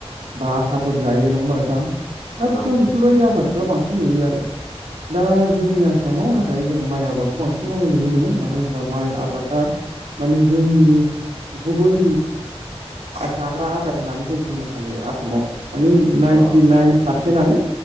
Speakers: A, on the right; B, on the left.
A: बा आथाफोर जायो नंया होनवला नोंथां दा
B: नंगौ
A: बिसिरनाव बेफोरबायदि
B: नोंथां
A: आफादफ्रा बांसिन नुयो आरो दा जोंनि आसामाव नाथाय जों माइ आबादखौ बांसिन मावनाय नुनो मोनो। मानो होनबा माइ आबादा माने जोंनि गुबै जाग्रा आदार होननानै जों बुंनो हायो। आसामाव माने नाइनटि
B: औ
A: नाइन फारसेनानो